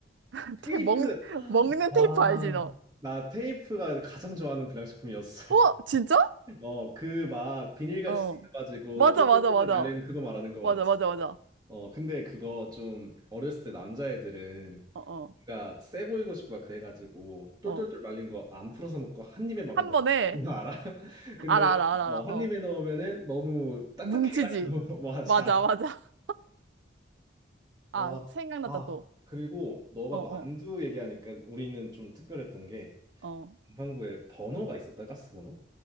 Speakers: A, on the right; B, on the right.
A: <laughs>
B: 테이프!
A: 테, 먹는, 먹는
B: 아,
A: 테이프 알지, 너?
B: 나 테이프가 가장 좋아하는 불량식품이었어.
A: 어, 진짜?
B: <laughs> 어, 그 막 비닐같이
A: 어.
B: 생겨가지고
A: 맞아,
B: 똘똘똘똘
A: 맞아, 맞아.
B: 말려있는 그거 말하는 거
A: 맞아,
B: 맞지?
A: 맞아, 맞아.
B: 어, 근데 그거 좀 어렸을 때 남자애들은
A: 어, 어,
B: 뭔가 세 보이고 싶고 막 그래가지고 똘똘똘
A: 어.
B: 말린 거 안 풀어서 먹고 한 입에 막
A: 한
B: 먹고
A: 번에,
B: 그거 알아? <laughs> 근데
A: 알아, 알아, 알아,
B: 어,
A: 알아.
B: 한
A: 어.
B: 입에 넣으면은 너무 딱딱해가지고
A: 뭉치지.
B: <laughs> 맞아
A: 맞아, 맞아. <laughs> 아,
B: 아,
A: 생각났다,
B: 아,
A: 또.
B: 그리고 너가
A: 어, 어,
B: 만두 얘기하니까 우리는 좀 특별했던 게
A: 어.
B: 남반구에 버너가 있었다, 가스버너.